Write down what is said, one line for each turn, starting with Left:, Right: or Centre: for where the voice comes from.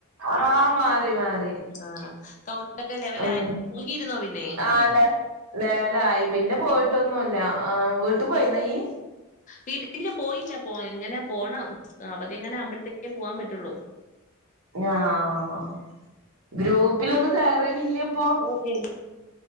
Right: ആഹ മാറി മാറി
Left: ആഹ് കൗണ്ടൊക്കെ ലെവല
Right: ഉം
Left: ആയിരിക്ക നോക്കിയിരുന്നോ പിന്നെ
Right: ആഹ് ലെ ലെവലായി പിന്നെ പോയിട്ടൊന്നുല്ല ആ വീട്ടിൽ പോയിനോ യ്യ്
Left: വീട്ടെ പോയില്ല പോ ഇങ്ങനെ പോകണം അവധി ഇങ്ങനെ ആ കുമ്പോഴത്തേക്കേ പോകാൻ പറ്റുള്ളൂ.
Right: ആഹ ഗ്രൂപ്പിലൊന്നും കേറലില്ലേ പ്പോ
Left: ഓപിന്നെ